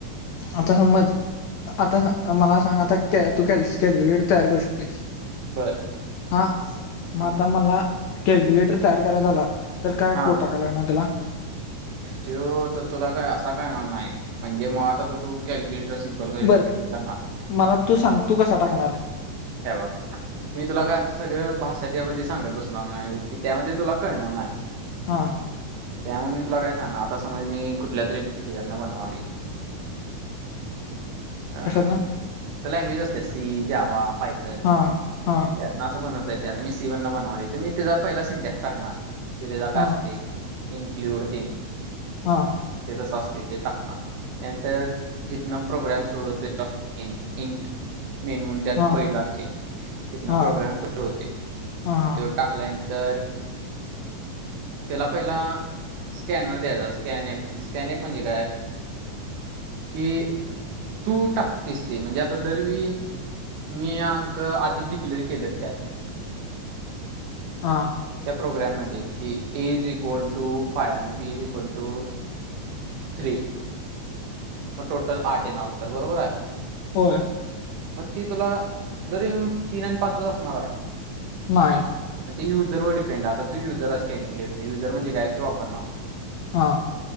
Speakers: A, on the left; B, on the right.
A: आता समज आता मला सांगा आता तू क कॅल्क्युलेटर तयार करू शकतोयस
B: बर
A: हा मग
B: हा
A: आता मला कॅल्क्युलेटर तयार कराय झाला तर काय
B: हा
A: कोड टाकाय लागणार त्याला?
B: त्यो आता तुला काय असा कळणार न्हाय म्हणजे मुळात आता तू कॅल्क्युलेटर सी सिम्पल <unintelligible>
A: बर
B: करणार
A: मला तू सांग तू कसा टाकणार?
B: हे बघ मी तुला काय अस सगळ भाषा त्यामध्ये सांगत बसणार नाही की त्यामध्ये तुला कळणार नाही
A: हा
B: त्यामुळे मी तुला काय सांगणार आता समज मी कुठल्या तरी ह्याच्यातना बनवालोय
A: <inaudible>
B: अ
A: ना
B: त्या लँग्वेज असत्यात सी, जावा, पायथन
A: हा हा
B: त्यात ना असं बनवतयेत आता मी सी मधनं बनवलोय मी त्याचा पहिला सिंटॅक्स टाकणार जो त्याचा काय
A: हा
B: असतोय? इन्क्लूड तेन
A: हा
B: ते तसं असतय ते टाकणार त्या नंतर जीथनं प्रोग्राम सुरू केला असतोय इंट <unintelligible>
A: हा
B: तू बघितला अशील तिथनं
A: हा
B: प्रोग्राम सुरू होतोय
A: हा
B: त्यो टाकल्यानंतर त्याला पहिला स्कॅनर द्यायचा स्कॅन एफ स्कॅन एफ म्हणजे काय? की तू टाकतेस ते म्हणजे आता दरवेळी मी अंक आधीच डिक्लेअर केलेत त्यात
A: हा
B: त्या प्रोग्राममध्ये की A is equal to five आणि B is equal to three मग टोटल आठ येनार उत्तर बरोबर हाय
A: होय
B: मग ती तुला दर युन तीन आणि पाचंच असणार हाय
A: नाही
B: म ते युजर वर डिपेंड हाय आता तू युजरआहेस कॅल्कुटर युजर म्हणजे काय? की वापणारा
A: हां